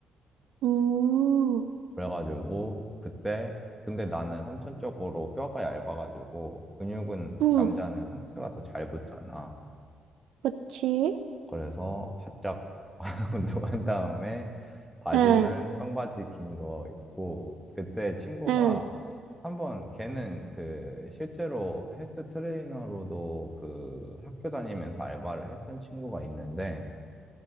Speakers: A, on the right (about 80°); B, in the centre.
A: 음.
B: 그래가지고 그때, 근데 나는 선천적으로 뼈가 얇아가지고 근육은
A: 응,
B: 남자는 상체가 더 잘 붙잖아.
A: 그치?
B: 그래서 바짝 <laughs> 운동한 다음에 바지는
A: 응,
B: 청바지 긴 거 입고 그때 친구가
A: 응,
B: 한번 걔는 그 실제로 헬스 트레이너로도 그 학교 다니면서 알바를 했던 친구가 있는데